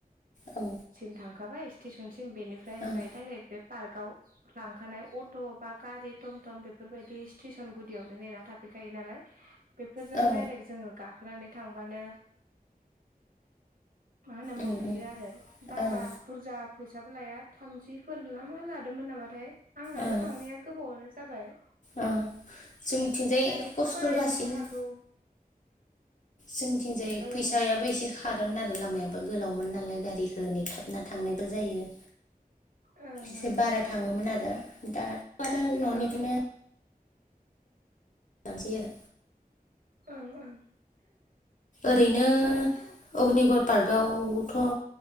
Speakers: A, on the left; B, on the right.
A: औ
B: सिम थांखाबाय स्टेसनसिम बेनिफ्राय ओमफाय
A: ओं
B: दडाइरेक्ट बे पार्काव लांखानाय अट' बा गारि थम थम बेफोरबायदि सिटिसन गुदियावनो नेना थाफैखायो नालाय बेफोरजों
A: औ
B: डाइरेक्ट जोंङो गाखोनानै थांबानो मा होनो मोनहैयो
A: ओं ओं
B: आरो बारा
A: ओं
B: बुरजा फैसाबो लाया थामजिफोरला मा लादोंमोन नामाथाय आंनाबो
A: ओं
B: थांनाया गोबावानो जाबाय।
A: ओं जोंनिथिंजाय
B: दायो खोब
A: खस्थ'
B: बारायनोबो
A: जासिनो
B: हागौ
A: जोंथिं जाय
B: ओं
A: फैसायाबो एसे खारोमोन आरो लामायाबो गोलावमोन नालाय गारिखौ नेथाबना थांनायबो जायो।
B: ओं
A: एसे
B: ओं
A: बारा थाङोमोन आरो दाथ' आरो न'निफ्रायनो
B: औ ओं
A: सै आरो
B: ओं ओं
A: ओरैनो अग्निगर पार्कआवथ'